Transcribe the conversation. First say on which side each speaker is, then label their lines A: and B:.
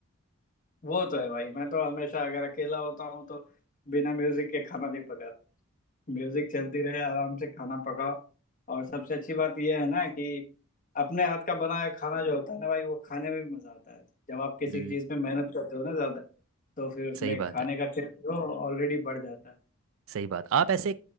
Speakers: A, on the left; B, on the right.
A: वो तो है भाई मैं तो हमेशा अगर अकेला होता हूँ तो बिना म्यूजिक के खाना नहीं पकाता म्यूजिक चलती रहे आराम से खाना पकाओ और सबसे अच्छी बात यह है ना कि अपने हाथ का बनाया खाना जो होता है ना भाई वो खाने में भी मजा आता है जब आप किसी
B: हम्म
A: चीज में मेहनत करते हो ना ज्यादा तो फिर उसमें
B: सही बात
A: खाने
B: है
A: का टेस्ट जो ऑलरेडी बढ़ जाता है
B: सही बात आप ऐसे